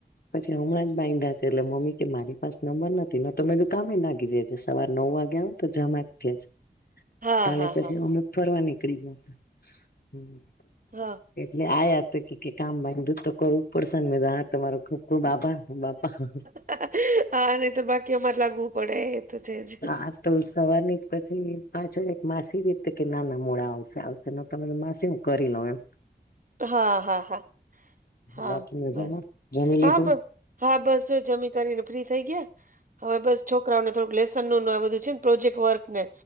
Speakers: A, on the left; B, on the right.
A: હ પછી હમણાં જ બાંયધા છે એટલે મમ્મી કે મારી પાસે નંબર નથીને તોમે દુ કામે લાગી જાય છે સવાર નવ વાગ્યા. તો જમા જ છે જ.
B: હા
A: કાલે
B: હા
A: પછી
B: હા
A: અમુક ફરવા નીકળી ગયા હતા હમ.
B: હા.
A: એટલે આયા તો કે કામધું તો કરવું પડશે હા તમારો ખૂબ ખુબ આભાર બાપા હ હ.
B: હાહા અને તો બાકીઓમાં જ લાગવું પડે. તો છે જ
A: હા તો સવાર નહી પછી પાછળ એક માસી રીતે કે નાના મોડા આવશે આવશે તમે માસી હું કરી લઉં એમ. <inaudible>
B: હા હા હા હા
A: બાકી મજામાં
B: બસ
A: જમી લીધું
B: હા બસ હા બસ. જમી કરીને ફ્રી થઈ ગયા. હવે બસ છોકરાઓને થોડુંક લેસન નું આ બધું છે ને પ્રોજેક્ટ વર્ક ને.